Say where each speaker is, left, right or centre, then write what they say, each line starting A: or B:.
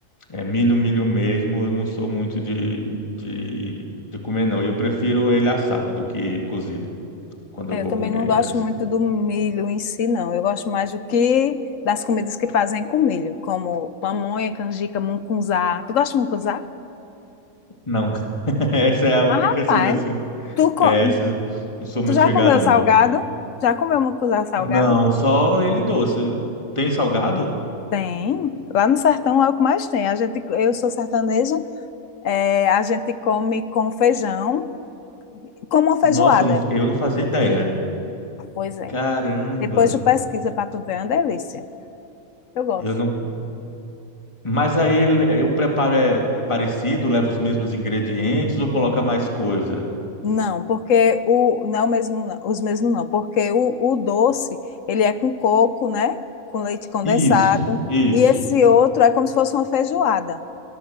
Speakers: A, on the left (about 25°); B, on the left (about 75°).
A: É, milho, milho mesmo, eu não sou muito de, de, de comer, não. E eu prefiro ele assado do que cozido, quando eu
B: É,
A: vou
B: Eu também
A: comer
B: não gosto
A: ainda assim.
B: muito do milho em si, não. Eu gosto mais do que das comidas que fazem com milho, como pamonha, canjica, mungunzá. Tu gosta de mungunzá?
A: Não, <laughs> essa é a única
B: Mas, rapaz,
A: que eu sigo assim.
B: tu, co-
A: É, essa, não sou muito
B: tu já
A: chegado,
B: comeu
A: não.
B: salgado? Já comeu mucuzá salgado?
A: Não, só ele doce. Tem salgado?
B: Tem. Lá no sertão é o que mais tem. A gente, eu sou sertaneja, é, a gente come com feijão, como uma
A: Nossa,
B: feijoada.
A: eu não, eu não fazia ideia.
B: Ah, Pois é.
A: Caramba,
B: Depois tu pesquisa para tu ver, é uma delícia. Eu gosto.
A: eu não. Mas aí ele- eh, o preparo é, é parecido, leva os mesmos ingredientes ou coloca mais coisa?
B: Não, porque o não é o mesmo não, os mesmos não, porque o, o doce, ele é com coco, né? Com leite condensado,
A: Isso, isso.
B: e Sim. esse outro é como se fosse uma feijoada.